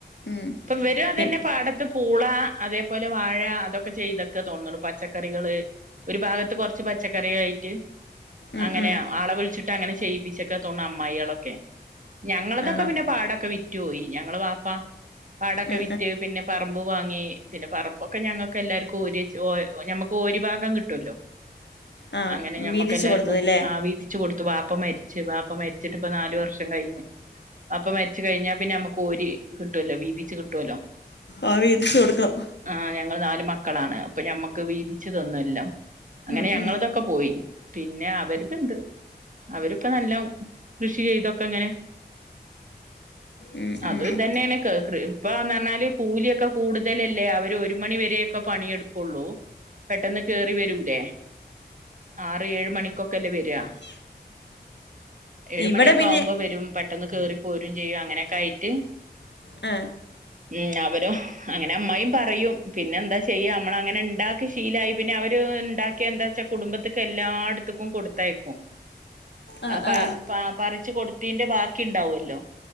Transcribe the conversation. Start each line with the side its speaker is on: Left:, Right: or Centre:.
Left: ഉം
Right: ഇപ്പൊ വരും അതെന്നെ
Left: പിൻ
Right: പാടത്ത്. പൂള അതേപോലെ വാഴ അതൊക്കെ ചെയ്തെക്കെ തോന്ന്ണ്ട് പച്ചക്കറികള് ഒരു ഭാഗത്ത് കൊർച്ച് പച്ച - ച്ചക്കറി ആയിട്ട്
Left: ഉം
Right: അങ്ങനെ
Left: ഉം
Right: ആളെ വിളിച്ചിട്ട് അങ്ങനെ ചെയ്യിപ്പിച്ച്ക്ക തോന്ന്ണ് അമ്മായാളൊക്കെ. ഞങ്ങളതൊക്കെ
Left: ആണോ
Right: പിന്നെ പാടൊക്കെ വിറ്റോയി ഞങ്ങളെ വാപ്പ. പാടൊക്കെ
Left: ആ
Right: വിറ്റ് പിന്നെ പറമ്പ് വാങ്ങി പിന്നെ പറമ്പോ - ക്കെ ഞങ്ങക്ക് എല്ലാര്ക്കും ഓര്യച്ച് ഒ ഞമ്മക്ക് ഓരി ഭാഗം കിട്ടല്ലോ.
Left: ആ
Right: അങ്ങനെ ഞമ്മക്ക്
Left: വീതിച്ചു
Right: എല്ലാര്ക്കും
Left: കൊടുത്തത് ല്ലേ
Right: ആ വീതിച്ച് കൊടു വാപ്പ മരിച്ച് വാപ്പ മരിച്ചിട്ട്പ്പോ നാല് വർഷം കയ്ഞ്ഞ്- വാപ്പ മരിച്ച കഴിഞ്ഞാ പിന്നെ ഞമ്മക്ക് ഓരി കിട്ടുവല്ലോ വീതിച്ച് കിട്ടുവല്ലോ-
Left: ആ വീതിച്ചു കൊടുക്കണം
Right: ആഹ് ഞങ്ങള് നാല് മക്കളാണ് അപ്പൊ ഞമ്മക്ക് വീതിച്ച് തന്ന് എല്ലാം. അങ്ങനെ
Left: ഉം
Right: ഞങ്ങളതൊക്കെ
Left: ഉം
Right: പോയി പിന്നെ അവരത്ണ്ട്. അവരിപ്പോ നല്ലോം കൃഷി ചെയ്തോ ക്കങ്ങനെ
Left: ഉം
Right: അതും
Left: ഉം
Right: ഇതന്നേണ് കൃ ഇപ്പന്ന് പറഞ്ഞാല് കൂലിയൊക്കെ കൂടുതലല്ലേ അവർ ഒരു മണിവരെയൊക്കെ പണിയെടുക്കൊള്ളൂ. പെട്ടെന്ന് കേറി വെരൂലേ? ആറ് ഏഴ് മണിക്കൊക്കല്ലേ വെര. ഏഴുമണിയൊക്കാകുമ്പോ
Left: ഇവിടെ പിന്നെ
Right: വെരും പെട്ടെന്ന് കേറി പോരും ചെയ്യും അങ്ങനൊക്കായിട്ട്
Left: ആ
Right: ഉം അവരും അങ്ങനെ അമ്മായിം പറയും പിന്നെന്താ ചെയ്യ നമ്മളങ്ങനെ ണ്ടാക്കി ശീലായി പിന്നെ അവര്- ണ്ടാക്ക്യ എന്താ വച്ചാ കുടുംബത്തിക്കെല്ലാട്ത്ത്ക്കും കൊടുത്തയക്കും.
Left: ആ
Right: അ പ
Left: ആ
Right: പ പറിച് കൊടുത്തീന്റെ ബാക്കി ണ്ടാവല്ലോ.